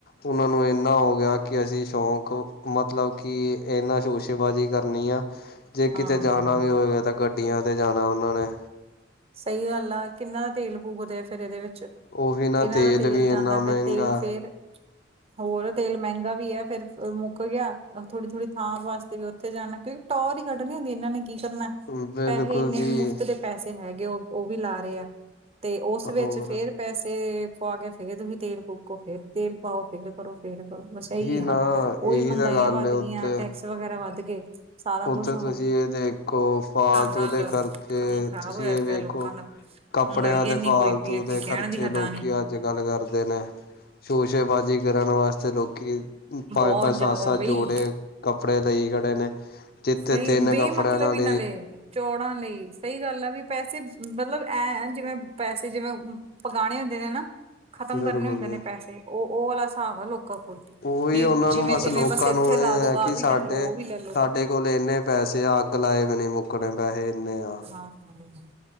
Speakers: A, on the left; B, on the right.
A: ਓਨਾਂ ਨੂੰ ਇਨਾ ਹੋ ਗਿਆ ਕਿ ਅਸੀਂ ਸ਼ੌਕ, ਮਤਲਬ ਕਿ ਏਨਾ ਸ਼ੋਸ਼ੇਬਾਜ਼ੀ ਕਰਨੀ ਆ ਜੇ
B: ਹਾਂ
A: ਕਿਤੇ ਜਾਣਾ ਵੀ ਹੋਵੇਗਾ ਤਾਂ ਗੱਡੀਆਂ ਤੇ ਜਾਣਾ ਉਹਨਾਂ ਨੇ।
B: ਸਹੀ ਗੱਲ ਆ ਕਿੰਨਾ ਤਾਂ ਤੇਲ ਫੂਕਦੇ ਆ ਫਿਰ ਏਦੇ ਵਿੱਚ।
A: ਉਹ ਵੀ ਨਾ
B: ਏਨਾਂ ਦਾ ਤੇਲ
A: ਵੀ
B: ਜਾਂਦਾ
A: ਇੰਨਾ ਮਹਿੰਗਾ
B: ਫਿਰ ਤੇਲ ਫੇਰ, ਹੋਰ ਤੇਲ ਮਹਿੰਗਾ ਵੀ ਐ ਫਿਰ ਮੁੱਕ ਗਿਆ ਅ ਥੋੜੀ -ਥੋੜ੍ਹੀ ਥਾਂ ਵਾਸਤੇ ਵੀ ਉੱਥੇ ਜਾਣਾ, ਕਿਉਂਕਿ ਟੋਰ ਹੀ ਕੱਢਣੀ ਹੁੰਦੀ ਏਨਾਂ ਨੇ ਕੀ ਕਰਨਾ।
A: ਬਿਲਕੁਲ
B: ਪੈਹੈ ਇੰਨੇ
A: ਜੀ
B: ਮੁਫ਼ਤ ਦੇ ਪੈਸੇ ਹੈਗੇ, ਓ ਉਹ ਵੀ ਲਾ ਰਹੇ ਆ ਤੇ ਉਸ ਵਿੱਚ
A: ਹੋਰ
B: ਫੇਰ- ਪੈਸੇ ਪਾ ਕੇ ਫ਼ੇਰ ਤੁਸੀਂ ਤੇਲ ਫੂਕੋ, ਫੇਰ ਤੇਲ ਪਾਓ ਫੇਰ ਕਰੋ ਫੇਰ ਕਰੋ ਬਸ ਇਹੀ ਆ,
A: ਨਾ ਇਹੀ
B: ਉਹੀ ਮਹਗਾਈਆਂ
A: ਤਾਂ ਗੱਲ
B: ਵੱਧ
A: ਉੱਤੇ
B: ਗਈਆਂ ਟੈਕਸ ਵਗੈਰਾ ਵੱਧ ਗਏ, ਸਾਰਾ
A: ਉੱਥੇ
B: ਕੁੱਛ
A: ਤੁਸੀਂ ਇਹ ਦੇਖੋ ਫਾਲਤੂ
B: ਨਾਲ
A: ਦੇ ਖਰਚੇ,
B: ਕੰਮ ਖ਼ਰਾਬ
A: ਤੁਸੀਂ
B: ਹੋਇਆ
A: ਇਹ ਵੇਖੋ
B: ਪਿਆ ਲੋਕਾਂ ਦਾ
A: ਕੱਪੜਿਆਂ
B: ਮਹਿੰਗਾਈ
A: ਦੇ
B: ਇੰਨੀ
A: ਫਾਲਤੂ
B: ਹੋਈ ਪਈ ਹੈ ਕਿ
A: ਦੇ
B: ਕਹਿਣ
A: ਖਰਚੇ
B: ਦੀ ਹੱਦਾਂ
A: ਲੋਕੀ
B: ਨੀ
A: ਅੱਜ- ਕੱਲ ਕਰਦੇ ਨੇ, ਸ਼ੋਸ਼ੇਬਾਜ਼ੀ ਕਰਨ ਵਾਸਤੇ ਲੋਕੀ ਪੰਜ
B: ਬਹੁਤ
A: -ਪੰਜ, ਸੱਤ-
B: ਜ਼ਿਆਦਾ
A: ਸੱਤ
B: ਬਈ
A: ਜੋੜੇ ਕੱਪੜੇ ਲਈ ਖੜੇ ਨੇ। ਜਿੱਥੇ
B: ਸਹੀ,
A: ਤਿੰਨ
B: ਬੇ
A: ਕੱਪੜਿਆਂ
B: ਮਤਲਬ
A: ਨਾਲ
B: ਹੀ ਨਾ ਲਏ। ਚੌੜਾਂ ਲਈ, ਸਹੀ ਗੱਲ ਆ ਵੀ ਪੈਸੇ, ਮਤਲਬ ਐਂ ਜਿਵੇਂ ਪੈਸੇ ਜਿਵੇਂ ਪਗਾਣੇ ਹੁੰਦੇ ਨੇ ਨਾ, ਖ਼ਤਮ
A: ਬਿਲਕੁਲ
B: ਕਰਨੇ ਹੁੰਦੇ ਨੇ
A: ਜੀ।
B: ਪੈਸੇ, ਓ - ਓ ਵਾਲਾ ਹਿਸਾਬ ਆ ਲੋਕਾਂ ਕੋਲ।
A: ਉ ਵੀ ਓਨਾਂ
B: ਜਿਵੇਂ
A: ਨੂੰ ਬਸ
B: ਤਿਵੇਂ
A: ਲੋਕਾਂ
B: ਇੱਥੇ
A: ਨੂੰ ਐ
B: ਲਾ
A: ਹੈ
B: ਦੋ ਆਹ
A: ਕਿ
B: ਵੀ
A: ਸਾਡੇ-
B: ਲੈ ਲੋ ਉਹ ਵੀ ਲੈ ਲੋ
A: ਸਾਡੇ ਕੋਲ ਇੰਨੇ ਪੈਸੇ ਆ, ਅੱਗ ਲਾਏ ਵੀ ਨੀ ਮੁੱਕਣੇ ਪੈਹੈ ਇੰਨੇ ਆ।
B: ਹਾਂ- ਹਾਂ ਹਮ